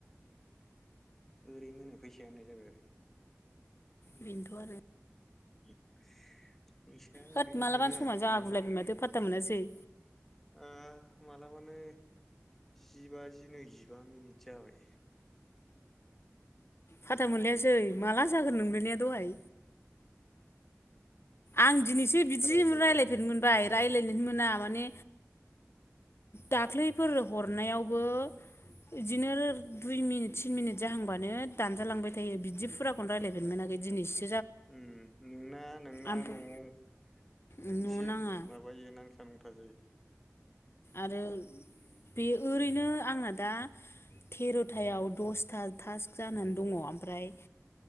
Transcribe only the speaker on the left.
बेनोथ' आरो।
होद
मालाबानो
समा जागुलायबाय
माथो फात्ता मोनासै
फाथ्ता मोनलायासै माला जागोन नोंलायनाया दहाय। आं दिनैसो बिदि
रायलायफेरनो मोनबाय रायलायनो मोना माने। दाख्लैफोर हरनायावबो बिब्दिनो दुइ मिनिट थिन मिनिट जाहांबानो दानजालांबाय थायो बिदि फुराखौनो रायलायफेरनोनो मोनाखै दिनैसिम।
ओमफ्राय
न'
नाङा
आरो बे ओरैनो आंना दा थेर'थायाव दसथा थास्क जानानै दङ ओमफ्राय।